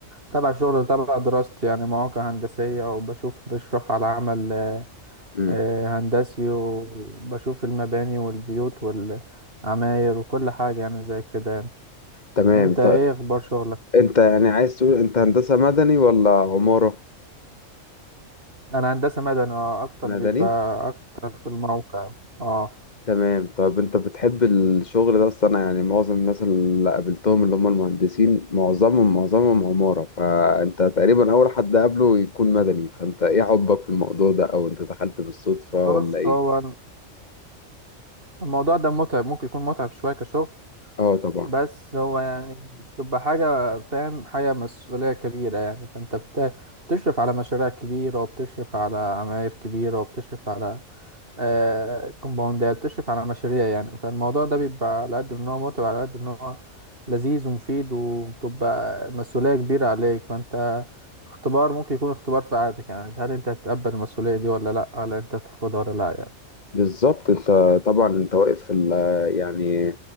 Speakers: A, on the right; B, on the left.
A: تبع شغل تبع دراستي يعني مواقع هندسية وبشوف بشرف على عمل آه،
B: امم
A: آه، هندسي وبشوف المباني والبيوت والعماير وكل حاجة يعني زي كده يعني
B: تمام
A: انت ايه
B: طيب
A: اخبار شغلك
B: انت يعني عايز تقول انت هندسة مدني ولا عمارة
A: انا هندسة مدني آه، اكتر
B: مدني
A: بيبقى اكتر في الموقع اه
B: تمام طيب انت بتحب الشغل ده اصلا يعني معظم الناس اللي قابلتهم اللي هم المهندسين معظمهم معظمهم عمارة فانت تقريبا اول حد قابله يكون مدني فانت ايه حبك في الموضوع ده او انت دخلت بالصدفة
A: بص
B: ولا ايه
A: هو الموضوع ده متعب ممكن يكون متعب شوية كشغل
B: اه طبعا
A: بس هو يعني بتبقى حاجة فاهم حاجة مسؤولية كبيرة يعني فأنت بت- بتشرف على مشاريع كبيرة وبتشرف على عماير كبيرة وبتشرف على آه، كومباوندات بتشرف على مشاريع يعني فالموضوع ده بيبقى على قد ان هو متعب على قد ان هو لذيذ ومفيد وبتبقى مسؤولية كبيرة عليك فأنت اختبار ممكن يكون اختبار في حياتك يعني هل أنت هتتقبل المسؤولية دي ولا لأ هل أنت هترفضها ولا لأ يعني
B: بالظبط انت طبعا انت واقف في ال- يعني